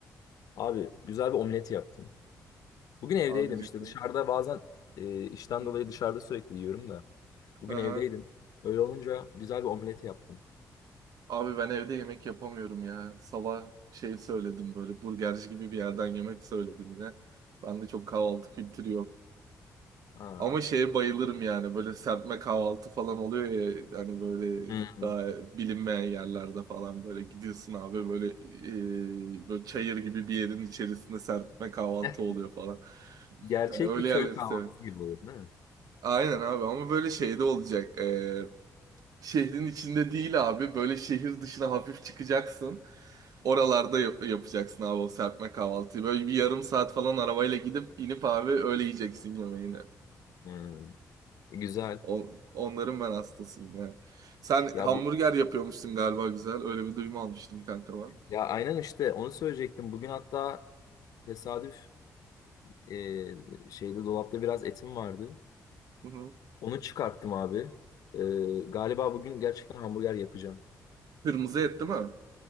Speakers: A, on the left (about 70°); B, on the right (about 70°).
A: Abi güzel bir omlet yaptım. Bugün evdeydim
B: Abi ciddi.
A: işte dışarıda bazen e, işten
B: Hı.
A: dolayı dışarıda sürekli yiyorum da. Bugün
B: Hı
A: evdeydim. Öyle olunca güzel bir omlet yaptım.
B: Abi ben evde yemek yapamıyorum ya. Sabah şey söyledim böyle burgerci gibi bir yerden yemek söyledim yine. Bende çok kahvaltı kültürü yok.
A: Ha.
B: Ama şeye bayılırım yani böyle serpme kahvaltı falan oluyor ya hani böyle
A: Hı.
B: daha bilinmeyen yerlerde falan böyle gidiyorsun abi böyle e, böyle çayır gibi bir yerin içerisinde serpme kahvaltı
A: <laughs>
B: oluyor falan.
A: Gerçek
B: Yani öyle
A: bir köy
B: yerleri
A: kahvaltısı
B: severim.
A: gibi oluyor değil mi?
B: Aynen abi ama böyle şeyde olacak. Ee, şehrin içinde değil abi. Böyle şehir dışına hafif çıkacaksın. Oralarda yap- yapacaksın abi o serpme kahvaltıyı. Böyle bir yarım saat falan arabayla gidip inip abi öyle yiyeceksin yemeğini.
A: Hı. Güzel.
B: On- onların ben hastasıyım ya. Sen
A: Ya
B: hamburger
A: bu
B: yapıyormuşsun galiba güzel. Öyle bir duyum almıştım kanka ben.
A: ya aynen işte onu söyleyecektim. Bugün hatta Tesadüf e, şeyde dolapta biraz etim vardı.
B: Hı hı.
A: Onu çıkarttım abi. E, galiba bugün gerçekten hamburger yapacağım.
B: Kırmızı et değil mi?